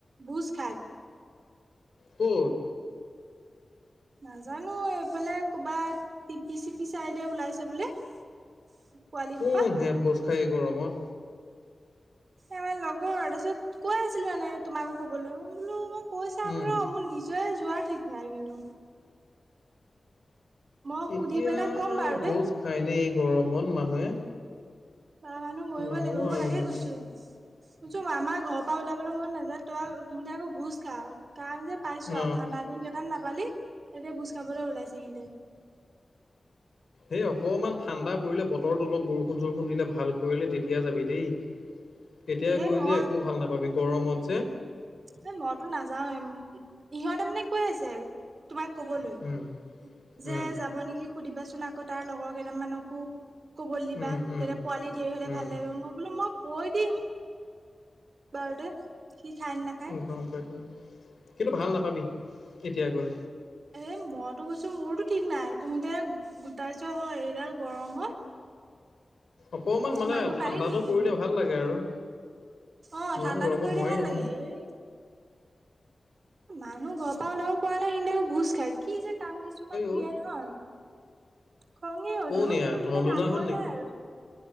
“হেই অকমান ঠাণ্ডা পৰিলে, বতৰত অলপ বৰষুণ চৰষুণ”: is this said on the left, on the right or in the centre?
Left